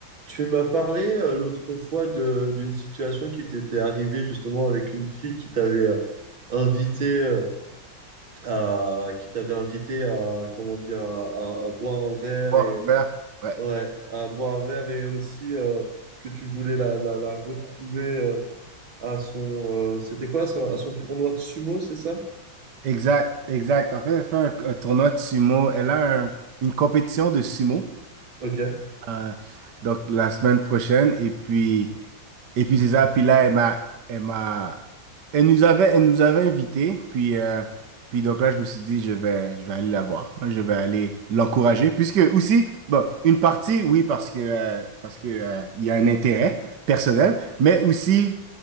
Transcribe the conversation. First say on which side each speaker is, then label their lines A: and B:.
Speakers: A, on the right; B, on the right.
A: Tu m'as parlé euh, l'autre fois de- d'une situation qui t'était arrivée justement avec une fille qui t'avait euh, invité euh, à qui t'avait invité à comment dire à, à- à boire un verre
B: Voir
A: et
B: un verre. Ouais.
A: ouais à boire un verre et aussi euh, que tu voulais la, la, la retrouver euh, à son euh, c'était quoi ça à son tournoi de sumo c'est ça?
B: Exact, exact. En fait, elle fait un, un tournoi de sumo. Elle a un- une compétition de sumo
A: Ok.
B: euh, donc la semaine prochaine. Et puis. Et puis c'est ça, puis là, elle m'a, elle m'a, elle nous avait, elle nous avait invités, puis, euh, puis donc là, je me suis dit, je vais, je vais aller la voir, hein, je vais aller l'encourager, puisque aussi, bon, une partie, oui, parce que, euh, parce que, euh, il y a un intérêt personnel, mais aussi,